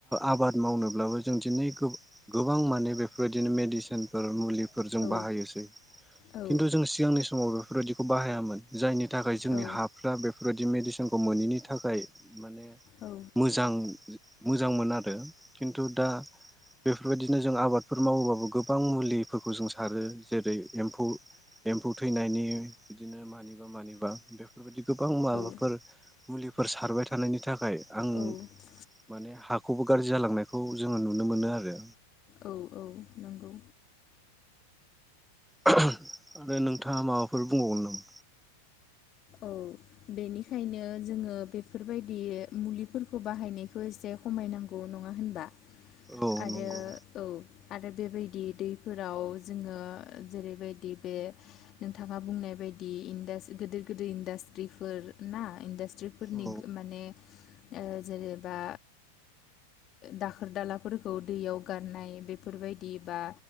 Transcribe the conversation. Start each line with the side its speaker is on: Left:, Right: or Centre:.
Centre: आबाद मावनोब्लाबो जों दिनै गोबां माने बेफोरबायदिनो मेडिसिनफोर मुलि फोर जों
Left: औ
Centre: बाहायोसै
Left: औ
Centre: खिन्थु जों सिगांनि समावबो बेफोरबायदिखौ बाहायामोन जायनि थाखाय जोंनि
Left: औ
Centre: हाफ्रा बे फोरबायदि मेदिसिनखौ मोनैनि थाखाय माने
Left: औ
Centre: मोजां मोजां मोन आरो खिन्थु दा बेफोरबायदिनो जों आबादफोर मावोबाबो गो बां मुलिफोरखौ जों सारो जेरै एमफौ एम्फौ थैनायनि बिदिनो मानिबा मानिबा बे बेदि गोबां माबाफोर
Left: औ
Centre: मुलि फोर सारबाय थानायनि था खाय आं
Left: औ
Centre: माने हा खौबो गाज्रि जालांनायखौ जोङो नुनो मोनो आरो।
Left: औ औ नंगौ।
Centre: आरो नोंथाङा माबाफोर बुंबावगोन नामा?
Left: औ बेनिखायनो जोङो बेफोरबायदि मुलिफोरखौ बाहायनायखौ एसे खमायनांगौ नङा होनबा?
Centre: औ
Left: आरो
Centre: नंगौ
Left: औ आरो बेबायदि दैफोराव जोङो जेरैबायदि बे नोंथाङा बुंनाय बायदि इडासिटि गोदोर गोदोर इडासट्रिफोर ना इनदास थ्रिफोरनि
Centre: औ
Left: माने ओ जेनेबा दाखोर दालाफोरखौ दैयाव गारनाय बेफोरबायदि बा